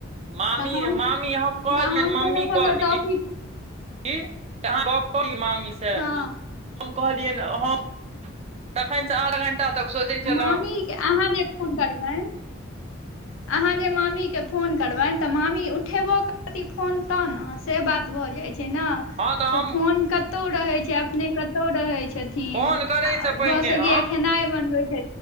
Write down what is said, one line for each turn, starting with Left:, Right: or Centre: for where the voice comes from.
Right: मामी
Left: तऽ हम
Right: मामी हम कहलियनि
Left: तऽ हम
Right: मम्मी
Left: कोनो कोनो
Right: कहली
Left: टॉपिक
Right: <unintelligible>
Left: हँ
Right: हम कहलियै ह तखन से आठ घं्टा तक सोचै छलहुँ
Left: मामीे के अहाँ जे फोन करबै
Right: <inaudible>
Left: अहाँ जे मामीके फोन करबनि तऽ मामी उठेबो करथि फोन तऽ ने से बात भऽ जाइ छै ने
Right: हँ तऽ
Left: ओ
Right: हम
Left: फोन कतहु रहै छै अपने कतौ रहै छै न
Right: फोन करयसँ
Left: आ
Right: पहिने
Left: भऽ सकया
Right: हम
Left: खेनाय बनबे